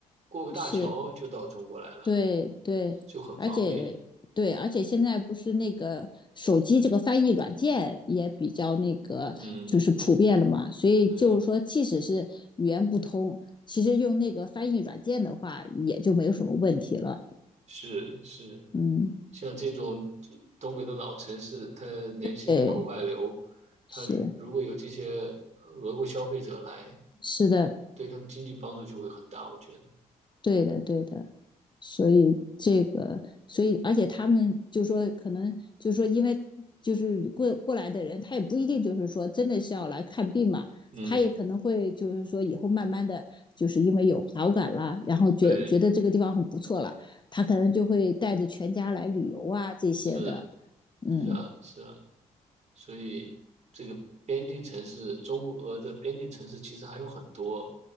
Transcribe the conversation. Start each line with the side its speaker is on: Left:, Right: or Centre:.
Right: 过个大桥就到中国来了，
Left: 是。对对，
Right: 就很方便。
Left: 而且对，而且现在不是那个手机这个翻译软件也比较那个，
Right: 嗯，
Left: 就是普遍了嘛。所以就是说，
Right: 对。
Left: 即使是语言不通，其实用那个翻译软件的话，也就没有什么问题了。
Right: 是是，
Left: 嗯，
Right: 像这种东北的老城市，它年轻人口外流，
Left: 对，
Right: 它如果有这些俄国消费者来，
Left: 是是的，
Right: 对他们经济帮助就会很大，我觉得。
Left: 对的对的。所以这个，所以而且他们就说，可能就说，因为就是过过来的人，他也不一定就是说真的是要来看病嘛，
Right: 嗯，
Left: 他也可能会就是说以后慢慢的就是因为有好感了，然后觉觉得这个地方很不错了，
Right: 对，
Left: 他可能就会带着全家来旅游啊这些的，
Right: 是
Left: 嗯，
Right: 是啊是啊，所以这个边境城市，中俄的边境城市其实还有很多，